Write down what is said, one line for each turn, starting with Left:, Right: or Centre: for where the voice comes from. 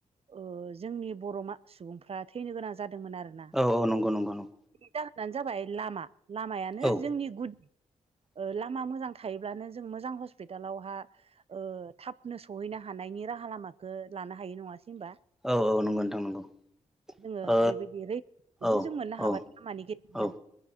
Right: ओह जोंनि बर' मा-सुबुंफ्रा थैनो गोनां जादों दोंमोन आरोना
Centre: औ औ नंगौ नंगौ नंगौ
Right: बेनि जाहोनानो जाबाय लामा लामायानो
Centre: औ
Right: जोंनि गुद
Centre: <inaudible>
Right: ओह लामा मोजां थायोब्लानो जों मोजां हस्पिटालावहा ओह थाबनो सहैनो हानायनि राहा लामाखो लानो हायो नङासै होनबा
Centre: औ औ नंगौ नोंथां नंगौ
Right: जोङो
Centre: ओ
Right: बेबायदि रैखाखौबो
Centre: औ
Right: जों मोननो हाबाय
Centre: औ
Right: लामानि गेजेरजों
Centre: औ